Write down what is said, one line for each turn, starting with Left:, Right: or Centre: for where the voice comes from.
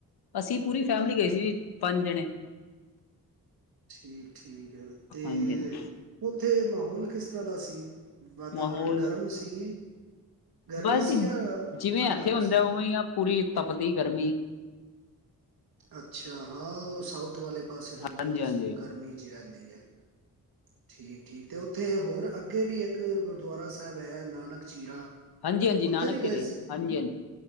Left: ਅਸੀਂ ਪੂਰੀ ਫੈਮਲੀ ਗਏ ਸੀ ਜੀ ਪੰਜ ਜਣੇ
Right: ਠੀਕ-ਠੀਕ ਠੀਕ ਹੈ ਤੇ
Left: ਹਾਂਜੀ ਹਾਂਜੀ
Right: ਉੱਥੇ ਮਾਹੌਲ ਕਿਸ ਤਰ੍ਹਾਂ ਦਾ ਸੀ ਵਾਤਾਵਰਣ
Left: ਮਾਹੌਲ
Right: ਗਰਮ ਸੀ ਗਰਮੀ
Left: ਬਸ
Right: ਸੀ
Left: ਜੀ
Right: ਜਾਂ
Left: ਜਿਵੇਂ
Right: ਠੰਡਾ
Left: ਇੱਥੇ
Right: ਮੌਸਮ
Left: ਹੁੰਦਾ ਉਵੇਂ ਆ ਪੂਰੀ ਤਪਦੀ ਗਰਮੀ
Right: ਅੱਛਾ ਹਾਂ ਉਹ ਸਾਊਥ ਵਾਲੇ ਪਾਸੇ ਤੇ
Left: ਹਾਂਜੀ
Right: ਬਹੁਤ
Left: ਹਾਂਜੀ
Right: ਗਰਮੀ ਜਿ ਰਹਿੰਦੀ ਠੀਕ ਠੀਕ ਤੇ ਉੱਥੇ ਹੋਰ ਅੱ ਅੱਗੇ ਵੀ ਇੱਕ ਗੁਰਦੁਆਰਾ ਸਾਹਿਬ ਹੈ ਨਾਨਕ ਚੀਰਾ
Left: ਹਾਂਜੀ ਹਾਂਜੀ
Right: ਉੱਥੇ
Left: ਨਾਨਕ
Right: ਵੀ
Left: ਸਿਰੇ
Right: ਗਏ ਸੀ
Left: ਹਾਂਜੀ ਹਾਂਜੀ